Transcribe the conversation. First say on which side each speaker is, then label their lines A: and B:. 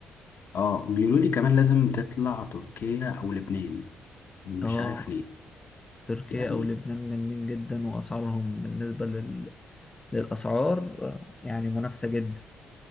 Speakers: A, on the left; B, on the left.
A: اه بيقولوا لي كمان لازم تطلع تركيا او لبنان مش
B: اه
A: عارف ليه
B: تركيا
A: يعني
B: او لبنان جامدين جدا واسعارهم بالنسبة لل... للاسعار آه، يعني منافسة جدا